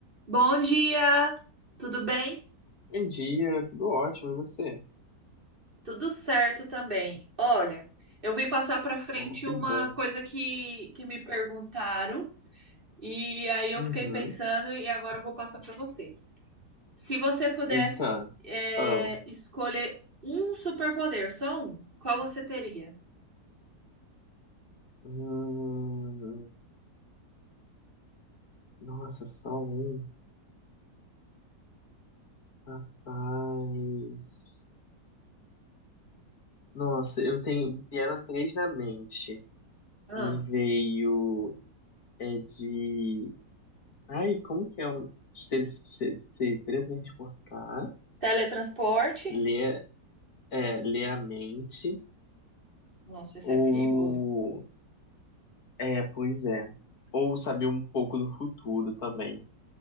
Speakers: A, on the right; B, on the left.
A: Bom dia, tudo bem?
B: Bom dia, tudo ótimo, e você?
A: Tudo certo também. Olha, eu vim passar para frente
B: Ah, que
A: uma
B: bom.
A: coisa que, que me perguntaram e aí eu
B: Uhum.
A: fiquei pensando e agora eu vou passar para você. Se você pudesse
B: Eita.
A: é,
B: Ah.
A: escolher um superpoder, só um, qual você teria?
B: Hum, nossa, só um. Rapaz. Nossa, eu tenho. Vieram três na mente.
A: Ah,
B: Me veio. É de. Ai, como que é um. Se, se, se teletransportar,
A: teletransporte?
B: ler, é, ler a mente,
A: Nossa, isso
B: ou.
A: é perigoso.
B: É, pois é. Ou saber um pouco do futuro também.